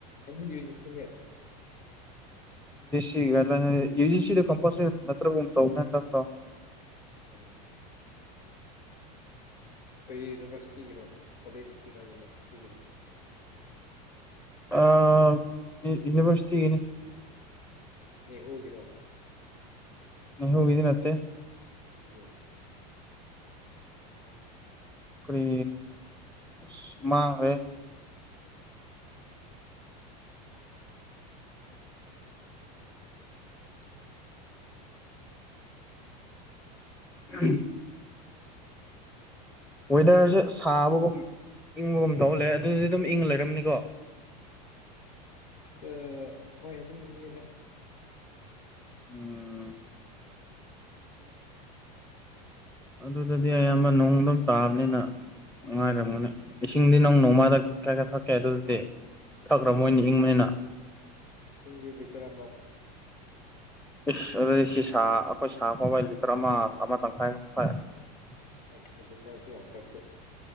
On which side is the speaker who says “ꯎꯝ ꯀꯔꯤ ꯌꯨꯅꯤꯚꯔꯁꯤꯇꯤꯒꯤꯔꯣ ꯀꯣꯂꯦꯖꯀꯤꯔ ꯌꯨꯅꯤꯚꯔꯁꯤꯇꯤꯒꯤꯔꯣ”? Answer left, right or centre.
Left